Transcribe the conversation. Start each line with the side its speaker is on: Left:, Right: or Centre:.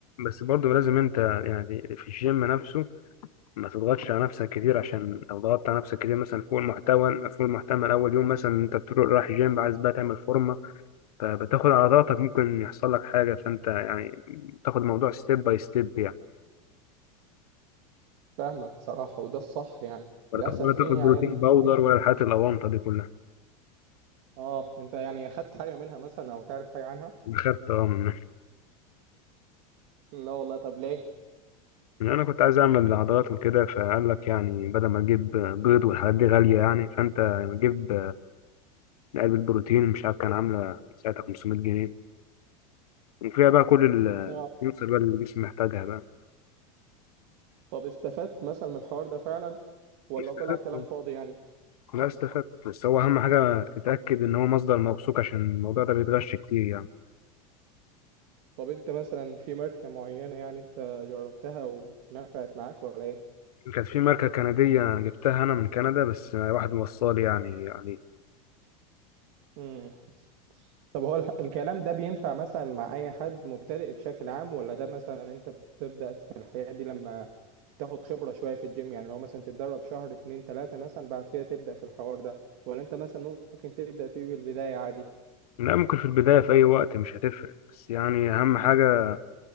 Left: بس برضه لازم انت يعني في الجيم نفسه ما تضغطش على نفسك كتير عشان لو ضغطت على نفسك كتير مثلا فوق المحتوى فوق المحتمل اول يوم مثلا انت بتروح رايح جيم عايز بقى تعمل فورمه فبتاخد على ضغطك ممكن يحصل لك حاجه فانت يعني تاخد الموضوع ستيب باي ستيب يعني
Right: فاهمك بصراحة وده الصح يعني للأسف
Left: ولا تاخد ولا
Right: في
Left: تاخد
Right: عيال
Left: بروتين باودر
Right: هناك
Left: ولا الحاجات الاوانطه دي كلها
Right: اه انت يعني اخدت حاجه منها مثلا او تعرف حاجه عنها
Left: خدت اه من
Right: لا والله طب ليه
Left: <laughs> يعني انا كنت عايز اعمل عضلات وكده فقال لك يعني بدل ما تجيب بيض والحاعات دي غاليه يعني فانت جيب علبه بروتين مش عارف كان عامله ساعتها 500 جنيه وفيها بقى كل العناصر
Right: اه
Left: بقى اللي الجسم محتاجها بقى
Right: طب استفدت مثلا من الحوار ده فعلا ولا
Left: استفدت
Right: طلع كلام فاضي يعني
Left: لا استفدت بس هو أهم حاجة تتأكد إن هو مصدر موثوق عشان الموضوع ده بيتغش كتير يعني
Right: طب انت مثلا في ماركه معينه يعني انت جربتها ونفعت معاك ولا ايه
Left: كانت في ماركة كندية جبتها أنا من كندا بس واحد موصلي يعني يعني
Right: امم طب هو الح- الكلام ده بينفع مثلا مع اي حد مبتدئ بشكل عام ولا ده مثلا انت بتبدا في الحياه دي لما تاخد خبره شويه في الجيم يعني لو مثلا تتدرب شهر اتنين تلاته مثلا بعد كده تبدا في الحوار ده ولا انت مثلا ممكن تبدا فيه بالبدايه عادي
Left: لا ممكن في البداية في أي وقت مش هتفرق بس يعني أهم حاجة